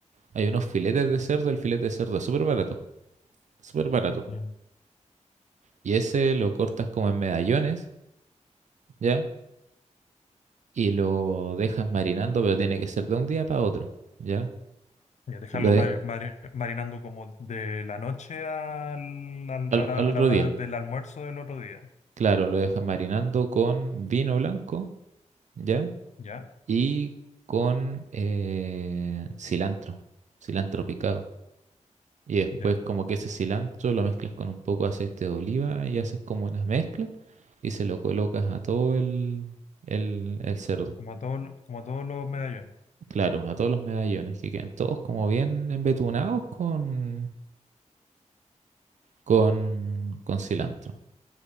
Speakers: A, on the right; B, on the left.
A: Hay unos filetes de cerdo, el filete de cerdo es súper barato, súper barato.
B: Ya.
A: Y ese lo
B: Y,
A: cortas como en medallones, ¿ya? Y lo dejas marinando, pero tiene que ser de un día para otro, ¿ya?
B: ya, dejarlo
A: Lo de-
B: mari- mari- marinando como de la noche al- al-
A: al,
B: a la,
A: al
B: a
A: otro
B: la hora
A: día,
B: del almuerzo del otro día.
A: claro, lo dejas marinando con vino blanco, ¿ya?
B: ¿Ya?
A: y con eh, cilantro, cilantro picado. Y después
B: Ya.
A: como que ese cilantro lo mezclas con un poco de aceite de oliva y haces como una mezcla y se lo colocas a todo el, el, el cerdo.
B: Como a todos, como a todos los medallones.
A: Claro, a todos los medallones que quedan todos como bien embetunados con, con, con cilantro,